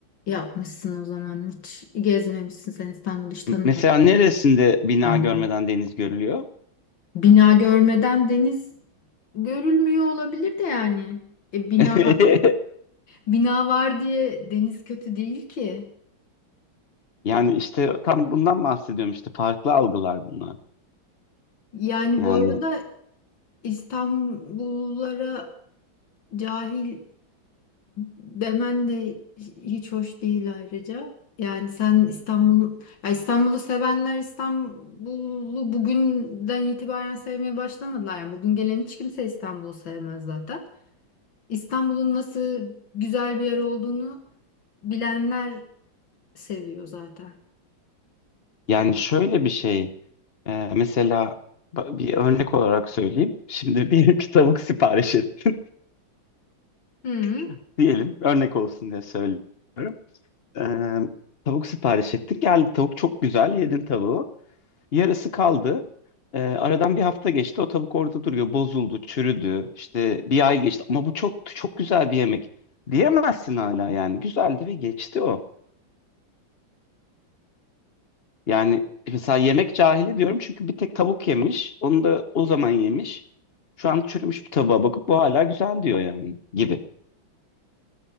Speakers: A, on the left (about 75°); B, on the left (about 40°).
A: yapmışsın o zaman. Hiç gezmemişsin sen İstanbul'u hiç tanımıyorsun
B: M- Mesela neresinde bina
A: belki.
B: görmeden deniz görülüyor?
A: Bina görmeden deniz görülmüyor olabilir de yani. E, bina
B: <laughs>
A: bina var diye deniz kötü değil ki.
B: Yani işte tam bundan bahsediyorum işte farklı algılar bunlar.
A: Yani
B: Yani
A: bu arada İstanbullulara cahil demen de hiç hoş değil ayrıca. Yani sen İstanbul, ya İstanbul'u sevenler İstanbul'u bugünden itibaren sevmeye başlamadılar. Yani bugün gelen hiç kimse İstanbul'u sevmez zaten. İstanbul'un nasıl güzel bir yer olduğunu bilenler seviyor zaten.
B: yani şöyle bir şey. Ee, mesela ba- bir örnek olarak söyleyeyim. Şimdi <laughs> diyelim ki tavuk sipariş ettin.
A: Hı.
B: <laughs> Diyelim örnek olsun diye söylüyorum. Ee, tavuk sipariş ettin. Geldi tavuk çok güzel. Yedin tavuğu. Yarısı kaldı. Ee, aradan bir hafta geçti. O tavuk orada duruyor. Bozuldu, çürüdü. İşte bir ay geçti. Ama bu çok çok güzel bir yemek. Diyemezsin hala yani. Güzeldi ve geçti o. Yani e, mesela yemek cahili diyorum çünkü bir tek tavuk yemiş. Onu da o zaman yemiş. Şu an çürümüş bir tavuğa bakıp bu hala güzel diyor yani gibi.